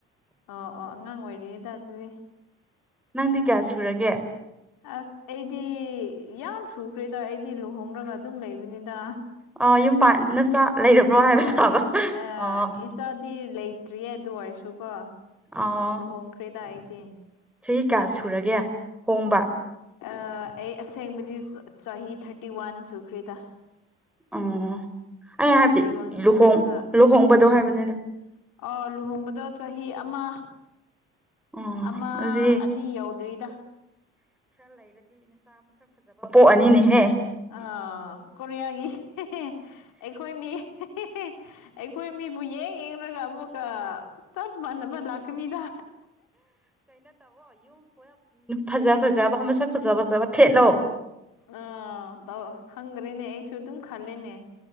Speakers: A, on the left; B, in the centre.
A: ꯑꯣ ꯑꯣ ꯑꯉꯥꯡ ꯑꯣꯏꯔꯤꯗ ꯑꯗꯨꯗꯤ
B: ꯅꯪꯗꯤ ꯀꯌꯥ ꯁꯨꯔꯒꯦ
A: ꯑꯁ ꯑꯩꯗꯤ ꯌꯥꯝ ꯁꯨꯈ꯭ꯔꯦꯗ ꯑꯩꯗꯤ ꯂꯨꯍꯣꯡꯔꯒ ꯑꯗꯨꯝ ꯂꯩꯕꯅꯤꯗ
B: ꯑꯣ ꯌꯨꯝ ꯄꯥꯟ ꯅꯆꯥ ꯂꯩꯔꯕ꯭ꯔꯣ ꯍꯥꯏꯕ
A: ꯍꯣꯏ
B: ꯁꯥꯕ
A: ꯑꯥ
B: ꯑꯣ
A: ꯏꯆꯥꯗꯤ ꯂꯩ ꯂꯩꯇ꯭ꯔꯤ ꯑꯗꯨ ꯑꯣꯏꯔꯁꯨꯀꯣ
B: ꯑꯣ
A: ꯂꯨꯍꯣꯡꯈ꯭ꯔꯦꯗ ꯑꯩꯗꯤ
B: ꯆꯍꯤ ꯀꯌꯥ ꯁꯨꯔꯒꯦ ꯍꯣꯡꯕ
A: ꯑ ꯑꯩ ꯑꯁꯦꯡꯕꯗꯤ ꯆ ꯆꯍꯤ ꯊꯥꯔꯇꯤ ꯋꯥꯟ ꯁꯨꯈꯔ꯭ꯦꯗ
B: ꯑꯣ ꯑꯩ ꯍꯥꯏꯕꯗꯤ
A: ꯋꯥꯟ
B: ꯂꯨꯍꯣꯡ
A: ꯁꯨꯔꯒ
B: ꯂꯨꯍꯣꯡꯕꯗꯣ
A: ꯎꯝ
B: ꯍꯥꯏꯕꯅꯦꯗ
A: ꯑ ꯂꯨꯍꯣꯡꯕꯗꯣ ꯆꯍꯤ ꯑꯃ
B: ꯑꯣ
A: ꯑꯃ
B: ꯑꯗꯨꯗꯤ
A: ꯑꯅꯤ ꯌꯧꯗ꯭ꯔꯤꯗ
B: ꯄ ꯅꯤꯅꯦ ꯍꯦ
A: ꯑ ꯀꯣꯔꯤꯌꯥꯒꯤ ꯍꯦ ꯍꯦ ꯑꯩꯈꯣꯏ ꯃꯤ ꯍꯦ ꯍꯦ ꯍꯦ ꯑꯩꯈꯣꯏ ꯃꯤ ꯏꯕꯨ ꯌꯦꯡ ꯌꯦꯡꯔꯒ ꯑꯃꯨꯛ ꯀ ꯆꯕ ꯃꯥꯅꯕ ꯂꯀꯅꯤꯗ
B: ꯐꯥꯖꯥ ꯐꯖꯥꯕ ꯃꯨꯁꯛ ꯐꯖꯥ ꯐꯖꯕ ꯊꯦꯠꯂꯣ
A: ꯑꯥ ꯇꯧ ꯈꯪꯗ꯭ꯔꯦꯅꯦ ꯑꯩꯁꯨ ꯑꯗꯨꯝ ꯈꯂꯦꯅꯦ